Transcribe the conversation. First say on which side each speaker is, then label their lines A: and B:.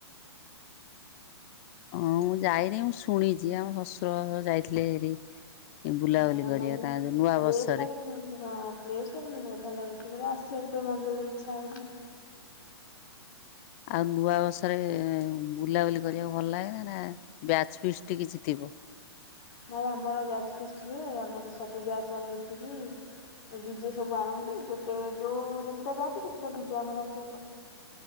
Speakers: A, on the left; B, on the left.
A: ହମ୍ମ ହଁ ମୁଁ ଯାଇନି ମୁଁ ଶୁଣିଛି ଆମ ଶଶୁର ଯାଇଥିଲେ ହେରି। ବୁଲାବୁଲି
B: ହିଁ
A: କରିବାକୁ
B: ନାହିଁ
A: ତାଙ୍କ ଯୋଉ ନୂଆ
B: ପ୍ଲେସ୍
A: ବର୍ଷରେ
B: ଟା କିନ୍ତୁ ପ୍ଲେସ୍ ବହୁତ ଭଲ। ଭଲ ଲାଗୁଛି ପରା ଆସିବାକୁ ତ ମନ୍ଦିରରୁ ବି ଇଚଛା ହଉନି।
A: ଆଉ ନୂଆ ବର୍ଷରେ ବୁଲାବୁଲି କରିବାକୁ ଭଲ ଲାଗେ ନା ବ୍ୟାଚ ଫିଷ୍ଟି କିଛି ଓହ।
B: ଭାଇ ଆମର ବ୍ୟାଚ୍ ଫିଷ୍ଟିରେ ଆମର ସବୁ ବ୍ୟାଚ୍ ମାନେ ମିଶିକି ଡିଜେ ସବୁ ଆଣନ୍ତି ଗୋଟେ ଯୋଉ କେତେଟା ବ୍ୟାଚେ ସେତଟା ଡିଜେ ଆମର ଆସେ ଏପଟେ।